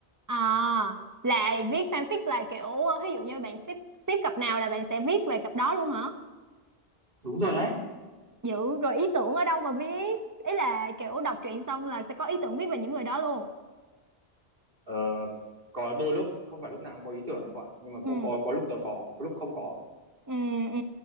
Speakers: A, on the right (about 20°); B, on the right (about 60°).
A: À, là viết fanfic là kiểu ví dụ như bạn ship ship cặp nào là bạn sẽ viết về cặp đó luôn hả?
B: đúng rồi đấy
A: Dữ, rồi ý tưởng ở đâu mà viết? Ý là kiểu đọc truyện xong là sẽ có ý tưởng viết về những người đó luôn.
B: Ờ, có đôi lúc không phải lúc nào cũng có ý tưởng đâu quả nhưng mà cũng
A: Ừ.
B: có có lúc tớ có có lúc không có
A: Ừ, ừ,